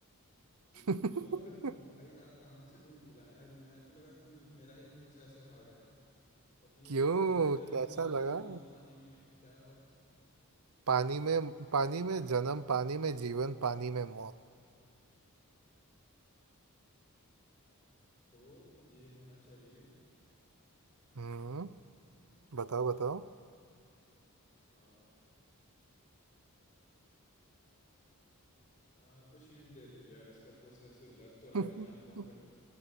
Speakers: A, on the left; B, on the right.
A: ये तो
B: <laughs>
A: कुछ और <laughs> अब भाई आप कहाँ से ढूंढ के लाए यार मैं तो लगा कि मु- मेरा ही थोड़ा सा ऐसे हार्ड है बट ये
B: क्यों
A: तो पानी में जन्म
B: कैसा
A: पानी
B: लगा
A: में मौत पानी में क्या और
B: पानी में पानी में जन्म पानी में जीवन पानी में मौत
A: तो ये होना चाहिए
B: हम्म बताओ बताओ
A: आ, आ, कुछ हिंट दे दीजिए यार इसका थोड़ा सा ऐसे लग तो रहा
B: <laughs>
A: है कि जानता हूँ बट